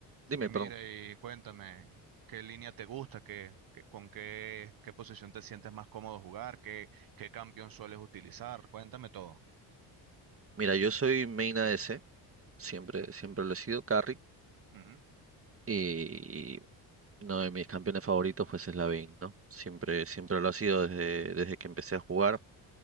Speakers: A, on the right; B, on the right.
A: dime,
B: Y
A: perdón.
B: mira, y cuéntame, ¿qué línea te gusta? ¿Qué, qué- con qué, qué posición te sientes más cómodo jugar? ¿Qué, qué campeón sueles utilizar? Cuéntame todo.
A: Mira, yo soy main ADC, siempre,
B: Mm,
A: siempre lo he sido, carry,
B: ujú.
A: y uno de mis campeones favoritos, pues, es la Vayne, ¿no? Siempre, siempre lo ha sido desde, desde que empecé a jugar.